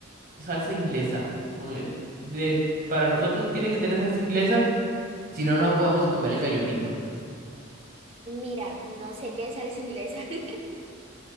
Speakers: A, on the right (about 45°); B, on the right (about 30°).
A: salsa inglesa. con- de- para nosotros tiene que tener salsa inglesa, si no, no podemos comer el gallo pinto.
B: Mira, no sé qué es salsa inglesa. <laughs>